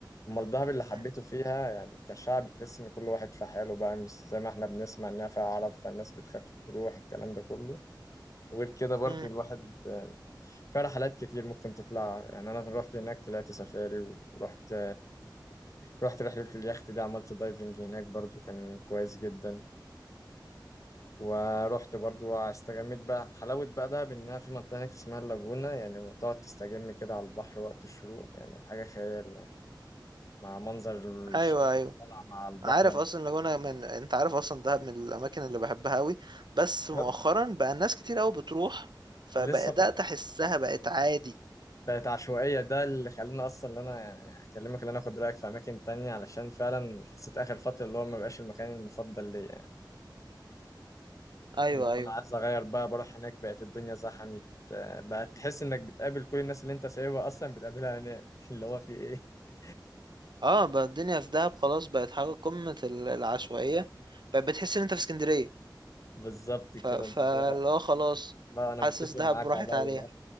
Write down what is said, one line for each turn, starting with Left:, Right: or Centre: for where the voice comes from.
Left: امال دهب اللي حبيته
Right: مم.
Left: فيها يعني كشعب تحس ان كل واحد في حاله بقى مش زي ما احنا بنسمع انها فيها عرب فالناس بتخاف تروح الكلام ده كله وغير كده برضو
Right: مم.
Left: الواحد يعني فيها رحلات كتير ممكن تطلع يعني انا رحت هناك طلعت سفاري ورحت رحت رحلة اليخت دي عملت دايفنج هناك برضو كان كويس جدا ورحت برضو استجميت بقى حلاوة بقى ده بانها في منطقة هناك اسمها اللاجونة يعني تقعد تستجم كده على البحر وقت الشروق يعني حاجة خيال يعني مع منظر الشمس
Right: ايوه ايوه
Left: طالعة مع البحر
Right: عارف اصلا لاجونا من انت عارف اصلا دهب من الاماكن اللي بحبها قوي بس مؤخرا
Left: لما
Right: بقى الناس كتير قوي بتروح فبدات
Left: لسه كنت
Right: احسها بقت عادي
Left: بقت عشوائية ده اللي خلاني أصلا إن أنا يعني أكلمك إن أنا آخد رأيك في أماكن تانية علشان فعلا حسيت آخر فترة اللي هو ما بقاش المكان المفضل ليا يعني
Right: ايوه
Left: اللي هو
Right: ايوه
Left: أنا عايز أغير بقى بروح هناك بقت الدنيا زحمت آه، بقت تحس إنك بتقابل كل الناس اللي أنت سايبها أصلا بتقابلها هناك <laughs> اللي هو في إيه <laughs>
Right: اه بقى الدنيا في دهب خلاص بقت حاجه قمه ال- العشوائيه بقت بتحس ان انت في اسكندريه
Left: بالظبط
Right: ف...
Left: كده
Right: فاللي
Left: أنت كده
Right: هو خلاص
Left: لا أنا
Right: حاسس
Left: متفق
Right: دهب
Left: معاك
Right: راحت
Left: على الرأي
Right: عليها
Left: ده